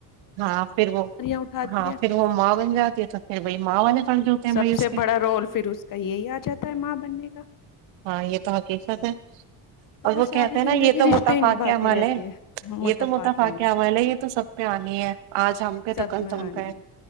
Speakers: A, on the right (about 85°); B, on the left (about 50°).
A: ہاں پھر وہ
B: اٹھاتی
A: ہاں
B: ہے
A: پھر وہ ماں بن جاتی ہے تو پھر وہی ماں والے فرض ہوتے ہیں
B: سب
A: بھائی اس
B: سے
A: کے
B: بڑا رول پھر اس کا یہی آ جاتا ہے ماں بننے کا
A: ہاں یہ تو حقیقت ہے
B: تو
A: اور وہ
B: ساری
A: کہتے
B: زندگی
A: ہیں نا یہ تو
B: رشتے
A: متفع
B: ہی نبھاتی
A: کے عمل
B: رہتی
A: ہے
B: متفقہ
A: یہ تو متفاعق
B: میں
A: عمل ہے یہ تو سب پہ آنی ہے آج ہم پہ
B: سب
A: تو کل
B: میں
A: تم
B: آنی
A: پہ ہے